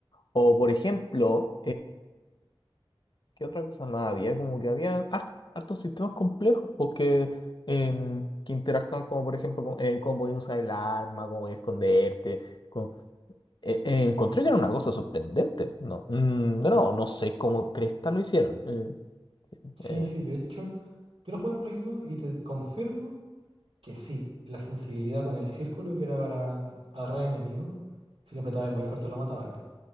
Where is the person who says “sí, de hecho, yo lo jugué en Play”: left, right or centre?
Right